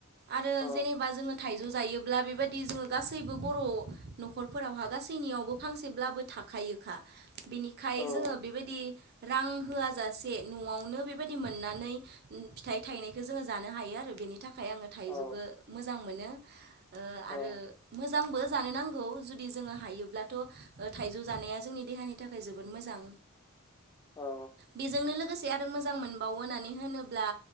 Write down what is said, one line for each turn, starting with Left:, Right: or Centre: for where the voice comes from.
Right: आरो
Left: औ
Right: जेनेबा जोङो थाइजौ जायोब्ला बेबादि जोङो गासैबो बर' न'खरफोरावहा गासैनियावबो फांसेब्लाबो थाखायोखा बिनिखाय
Left: औ
Right: जोङो बेबादि रां होआ जासे न'आवनो बेबायदि मोननानै उम फिथाइ थायनायखौ जोङो जानो हायो आरो बेनि थाखाय आङो थाइजौख
Left: औ
Right: मोजां मोनो ओ आरो
Left: औ
Right: मोजांबो जानो नां गौ जुदि जोङो हायोब्लाथ' ओ थाइजौ जानाया जोंनि देहानि थाखाय जोबोद मोजां।
Left: औ।
Right: बेजोंनो लोगोसे आरो मोजां मोनबावो होननानै होनोब्ला